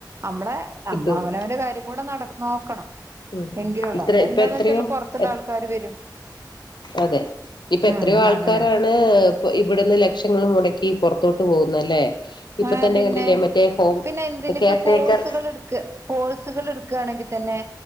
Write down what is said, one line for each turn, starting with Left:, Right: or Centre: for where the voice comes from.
Right: നമ്മളെ
Left: കിട്ടൂല
Right: നമ്മ അവനവന്റെ കാര്യം കൂടെ നോക്കണം.
Left: ഉം
Right: എങ്കിലും ഉള്ള
Left: ഇത്ര
Right: അവ എന്താന്ന്
Left: ഇപ്പ എത്രയോ
Right: വെച്ചാ പുറത്തുള്ള
Left: എ
Right: ആൾക്കാാര് വരും.
Left: അതെ, ഇപ്പ
Right: ഉം
Left: എത്രയോ ആൾക്കാരാണ്
Right: അങ്ങനെ
Left: ഇവിടുന്ന് ലക്ഷങ്ങളും മുടക്കി പുറത്തോട്ട് പോകുന്നല്ലേ? ഇപ്പൊ
Right: ആ
Left: തന്നെ
Right: പിന്നെ
Left: കണ്ടില്ലേ മറ്റേ ഹോം
Right: പിന്നെ എന്തിന്പ്പ
Left: കെയർ
Right: കോഴ്സുകൾ
Left: ടേക്കർ
Right: എടു കോഴ്സുകൾ എടുക്കയാണെങ്കിൽ തന്നെ